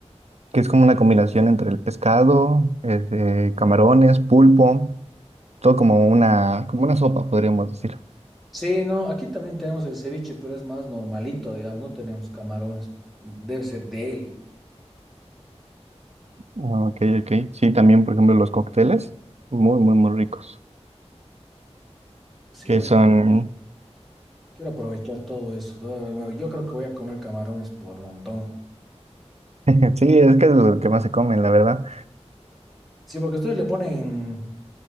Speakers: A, on the right; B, in the centre.
A: que es como una combinación entre el pescado, este, camarones, pulpo, todo como una, como una sopa, podríamos decir.
B: Sí, no, aquí también tenemos el ceviche, pero es más normalito, digamos, no tenemos camarones. Debe ser deli.
A: Ah, Ok, ok. Sí, también, por ejemplo, los cócteles, muy, muy, muy ricos,
B: Sí,
A: que
B: voy
A: son,
B: a- quiero aprovechar todo eso. todo- Yo creo que voy a comer camarones por montón.
A: <laughs> sí, es que es lo que más se comen, la verdad.
B: Sí, porque ustedes le ponen,